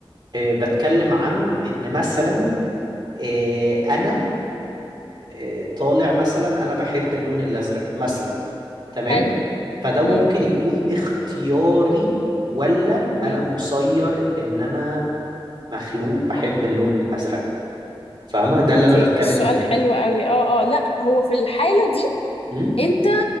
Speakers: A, on the right; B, on the left.
A: آه، بتكلم عن ان مثلا آه، انا آه، طالع مثلا انا بحب اللون الازرق مثلا تمام
B: حلو
A: فده ممكن
B: مم،
A: يكون اختياري ولا
B: مم.
A: انا مسير ان انا مخلوق بحب اللون الازرق فاهمة ده اللي
B: اوكي
A: أنا بتكلم
B: السؤال
A: فيه
B: حلو قوي اه اه لا هو في الحالة دي
A: مم.
B: انت